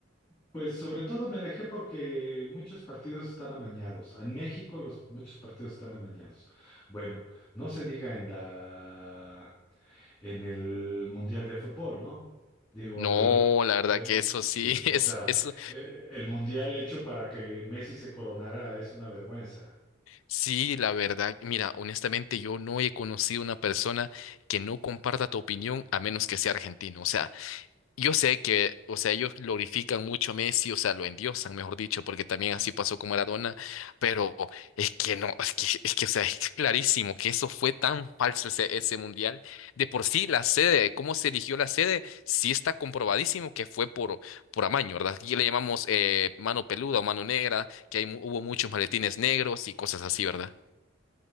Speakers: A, in the centre; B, on the left (about 80°).
A: Pues sobre todo me alejé porque muchos partidos están amañados. En México los muchos partidos están amañados. Bueno, no se diga en la en el Mundial de Fútbol, ¿no? Digo,
B: No,
A: el,
B: la verdad
A: el
B: que eso sí,
A: sí,
B: <laughs> es,
A: o sea,
B: eso
A: eh, el Mundial hecho para que Messi se coronara es una vergüenza.
B: sí, la verdad. Mira, honestamente yo no he conocido una persona que no comparta tu opinión a menos que sea argentino. O sea, Yo sé que, o sea, ellos glorifican mucho a Messi, o sea, lo endiosan, mejor dicho, porque también así pasó con Maradona, pero es que no, es que, es que, o sea, es clarísimo que eso fue tan falso ese, ese mundial. De por sí, la sede, cómo se eligió la sede, sí está comprobadísimo que fue por, por amaño, ¿verdad? Aquí le llamamos eh, mano peluda o mano negra, que hay, mu- hubo muchos maletines negros y cosas así, ¿verdad?